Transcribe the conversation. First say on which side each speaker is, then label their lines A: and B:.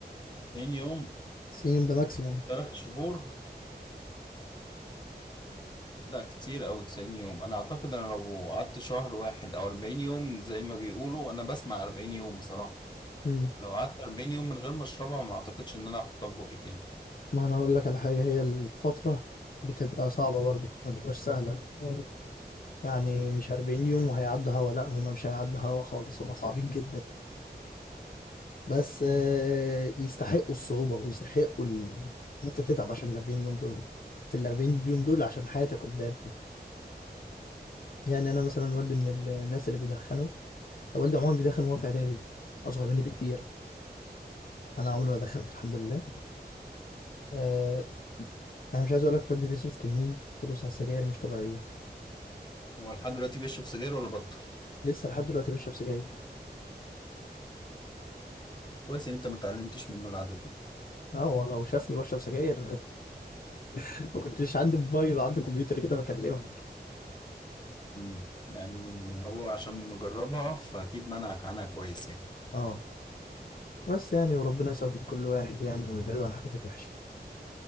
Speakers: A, on the left; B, on the left.
A: 90 يوم
B: 90 يوم ده ماكسيموم
A: ثلاث شهور لا كتير أوي 90 يوم أنا أعتقد أنا لو قعدت شهر واحد أو 40 يوم زي ما بيقولوا أنا بسمع 40 يوم بصراحة
B: مم.
A: لو قعدت 40 يوم من غير ما أشربها ما أعتقدش إن أنا هحطها في بقي تاني
B: ما انا هقول لك على حاجة هي الفترة بتبقى صعبة برضو ما تبقاش سهلة فاهم يعني مش 40 يوم وهيعدوا هوا لا هما مش هيعدوا هوا خالص هما صعبين جدا بس آه، يستحقوا الصعوبة ويستحقوا ال... ان انت تتعب عشان ال 40 يوم دول في ال 40 يوم دول عشان حياتك قدام يعني انا مثلا والدي من الناس اللي بيدخنوا والدي عموما بيدخن وهو في اعدادي اصغر مني بكتير انا عمري ما دخلت الحمد لله أه انا مش عايز اقول لك والدي بيصرف كميه فلوس على السجاير مش طبيعيه
A: هو لحد دلوقتي بيشرب سجاير ولا بطل
B: لسه لحد دلوقتي بشرب سجاير
A: كويس إن أنت ما اتعلمتش منه العادة دي
B: اه هو لو شافني بشرب سجاير <laughs> ما كنتش عندي موبايل وعندي كمبيوتر كده بكلمك
A: مم. يعني هو عشان مجربها فأكيد منعك عنها كويس يعني
B: اه بس يعني وربنا يثبت كل واحد يعني ويبعده عن الحاجات الوحشه